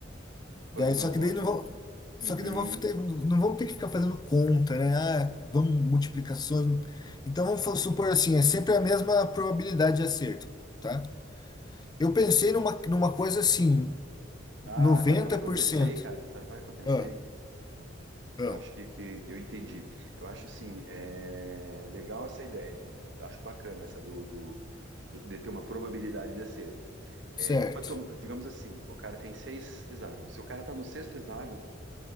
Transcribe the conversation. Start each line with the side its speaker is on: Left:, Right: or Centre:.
Right: Quanto
Left: Daí,
Right: mais
Left: só que
Right: longe,
Left: daí não
Right: mais.
Left: vou, só
Right: Uhum.
Left: que daí não vou ter, não vamos ter que ficar fazendo conta, né? Ah, vamos multiplicações. Então vamos supor assim, é sempre a mesma probabilidade de acerto, tá? Eu pensei numa, numa coisa assim,
Right: Ah,
Left: 90%.
Right: sabe como é que eu pensei, cara? Sabe como é que eu pensei?
Left: Ah, ah,
Right: Eu acho que, que, que eu entendi. Eu acho assim, é, legal essa ideia. com- Acho bacana essa do, do- do- de ter uma probabilidade de acerto. É,
Left: certo,
Right: quanto- digamos assim, o cara tem seis hexágonos. Se o cara está no sexto hexágono,